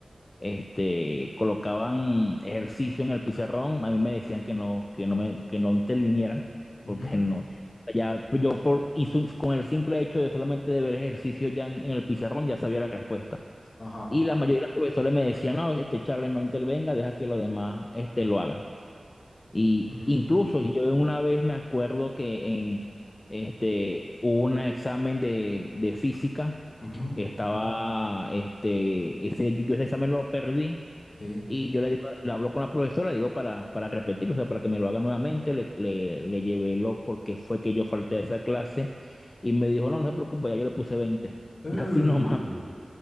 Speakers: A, on the left; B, on the left.
A: este, colocaban ejercicio en el pizarrón, a mí me decían que no, que no me, que no interviniera,
B: Ujú,
A: porque no, ya pues, yo por, y su- con el simple hecho de solamente de ver ejercicio ya en, en el pizarrón ya sabía la respuesta.
B: Ajá.
A: Y la mayoría de los profesores me decían, no, este Charles no intervenga, deja que los demás este, lo hagan. Y
B: Ujú,
A: incluso yo una vez me acuerdo que en este, hubo un examen de, de física,
B: ujú.
A: estaba, este, ese, yo ese examen lo perdí
B: Sí.
A: y yo le digo, le hablo con la profesora, le digo para, para repetirlo, o sea, para que me lo haga nuevamente, le, le, le llevé lo porque fue que yo falté a esa clase y me dijo, no, no se preocupe, ya yo le puse veinte <laughs>
B: Uh,
A: Y así nomás.